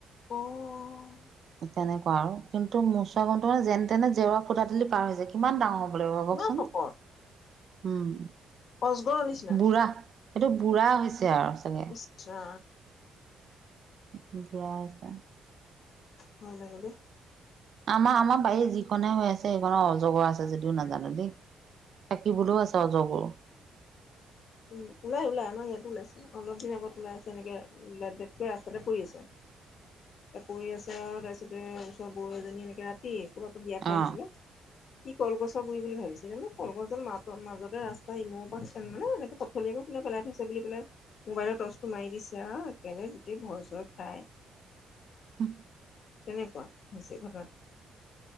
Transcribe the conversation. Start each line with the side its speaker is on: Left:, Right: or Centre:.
Left: অহ
Right: তেনেকুৱা আৰু কিন্তু মোচাৱাম গণটো মানে যেন তেনে জেওৰা ফুটা দিলি পাৰ হৈ যায়। কিমান ডাঙৰ হ'ব লাগিব কওকচোন
Left: ইমান
Right: ভাবকচোন,
Left: শকত
Right: উম।
Left: অজগৰ নিচি
Right: বুঢ়া, এইটো বুঢ়া হৈছে আৰু চাগে
Left: আচ্ছা
Right: বুঢ়া
Left: ভয় লাগে দেই
Right: আমাৰ আমাৰ বাৰীত যিখনহে হৈ আছে, সেইখনৰ অজগৰ আছে যদিও নাজানো
Left: উম
Right: দেই থাকিবলৈও আছে অজগৰ
Left: উম ওলাই ওলাই, আমাৰ ইয়াতো ওলাইছে, অলপদিন আগত ওলাই আছে এনেকে ডেটকৈ ৰাস্তাতে পৰি আছে।
Right: <inaudible>
Left: এহ পৰি আছে আৰু তাৰপিছতে ওচৰৰ বও এজনী এনেকে ৰাতি, কবাৰপা বিয়া খাই
Right: অ
Left: আহিছিলে সি কলগছৰ গুৰি বুলি ভাবিছিলে, মই কলগছদাল মাজতে ৰাস্তা ইমোৰ পৰা মানে এনেকে পথলিয়াকে কোনে পেলাই থৈছে বুলি পেলাই, মোবাইলৰ টৰ্চটো মাৰি দিছে আৰু একেবাৰে গোটেই ভয় চয় খাই
Right: <inaudible>
Left: তেনেকুৱা হৈছে ঘটনাটো